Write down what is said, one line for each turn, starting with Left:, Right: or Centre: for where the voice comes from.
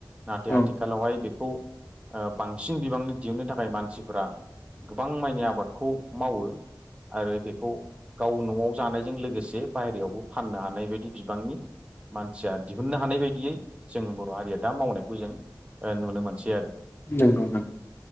Right: नाथाय आथिखालावहाय
Left: औ
Right: बेखौ बांसिन बिबांनि दिहुननो थाखाय मानसिफोरा गोबां माइनि आबादखौ मावो। आरो बेखौ गाव न'आव जानायजों लोगोसे बाहेरायावबो फाननो हानाय बायदि बिबांनि मानसिया दिहुननो हानाय बायदियै जों बर' हारिया दा मावनायखौ जों ओ नुनो मोनसै आरो।
Left: नंगौ नों